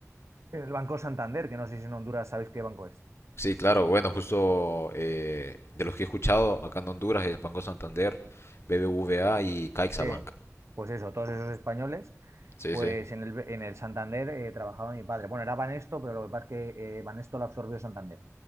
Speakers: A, on the right; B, on the left.
A: el Banco Santander, que no sé si en Honduras sabéis qué banco es.
B: Sí, claro, bueno, justo eh, de los que he escuchado acá en Honduras es Banco Santander, BBVA y CaixaBank.
A: Eh, pues eso, todos esos españoles,
B: Sí,
A: pues
B: sí,
A: en el, en el Santander eh, trabajaba mi padre. Bueno, era Banesto, pero lo que pasa es que eh, Banesto lo absorbió Santander.